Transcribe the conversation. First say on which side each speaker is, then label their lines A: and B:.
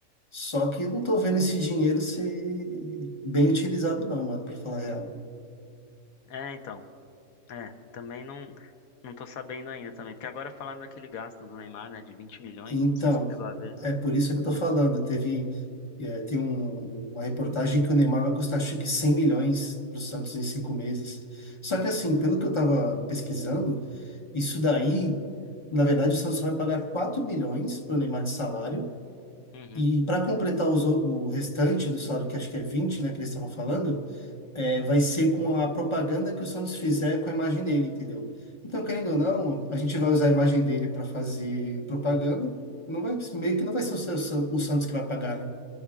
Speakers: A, on the left; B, on the left.
A: Só que eu não tô vendo esse dinheiro ser bem utilizado, não, mano, para falar a real.
B: É, então. É, também não não tô sabendo ainda também, porque agora falaram daquele gasto do Neymar, né, de vinte milhões,
A: Então,
B: não sei se você chegou a ver.
A: é por isso que eu tô falando. Teve, é, tem um- uma reportagem que o Neymar vai custar acho que 100 milhões para o Santos em cinco meses. Só que assim, pelo que eu estava pesquisando, isso daí, na verdade, o Santos vai pagar 4 milhões para o Neymar de salário.
B: Uhum.
A: E para completar os o o restante do salário, que acho que é 20 né, que eles estavam falando, é, vai ser com a propaganda que o Santos fizer com a imagem dele, entendeu? Então, querendo ou
B: Hum.
A: não, a gente vai usar a imagem dele para fazer propaganda. Não vai, meio que não vai ser o, seu- o Santos que vai pagar, né?